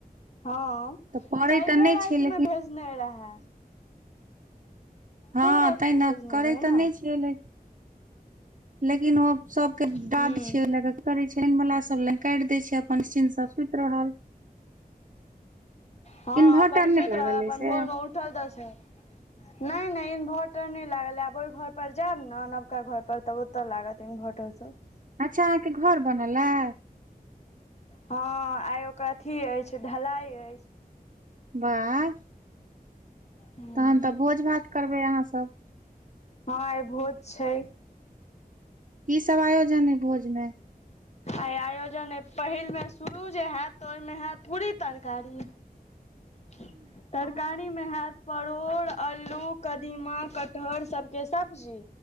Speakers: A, on the left; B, on the right.
A: हँ,
B: तऽ पड़ै
A: काल्हियो
B: तऽ नहि
A: राति
B: छै लेकिन
A: मे भेजने रहे।
B: हँ
A: रातिमे
B: तै न
A: भेजने
B: करै
A: रहै
B: त
A: न
B: नै छियै लेकिन लेकिन ओ सबके
A: हूँ
B: दाद छियै ने त करै छियै अही बला से सब लाइन काटि दै छै अपन निश्चिंत से सुति रहल
A: हँ
B: इन्वर्टर
A: अपन
B: नहि
A: सुति
B: लागल
A: रहल अपन
B: ऐछ से
A: <unintelligible> नै नै इन्वर्टर नहि लागल ये आब ओहि घर पर जायब ने नबका घर पर त त लागत इन्भर्टर सब
B: अच्छा अहाँके घर बनल ए
A: हँ आइ ओकर अथि अछि ढलाई अछि।
B: वाह।
A: हँ
B: तखन त भोज भात करबै अहाँ सब
A: हँ भोज छै।
B: की सब आयोजन अछि भोज मे
A: आइ आयोजन अछि पहिल बेर शुरू जे होयत त ओहिमे होयत पूरी तरकारी
B: <inaudible>
A: तरकारी तरकारी मे हैत परोर, आलू, कदीमा, कटहर सबके सब्जी